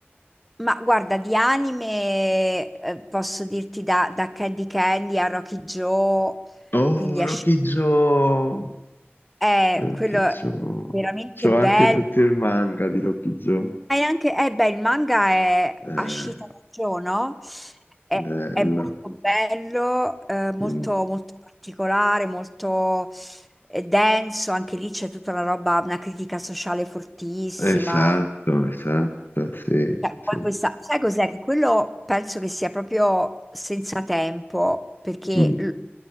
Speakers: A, in the centre; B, on the left.
A: Ma guarda, di anime eh, posso dirti da, da Candy Candy a Rocky Joe,
B: Oh,
A: quindi
B: Rocky
A: a... Sh-
B: Joe!
A: Eh,
B: Rocky
A: quello è
B: Joe.
A: veramente
B: C'ho
A: bello.
B: anche tutto il manga di Rocky Joe.
A: E anche, eh beh, il manga è
B: Eh,
A: Ashita no Joe, no? È,
B: bello.
A: è molto bello, eh, molto,
B: Mm,
A: molto particolare, molto eh, denso. Anche lì c'è tutta la roba, una critica sociale fortissima.
B: Esatto, esatto, sì,
A: Cioè, poi
B: sì.
A: questa- sai cos'è? Che quello penso che sia proprio senza tempo, perché
B: Mm,
A: l-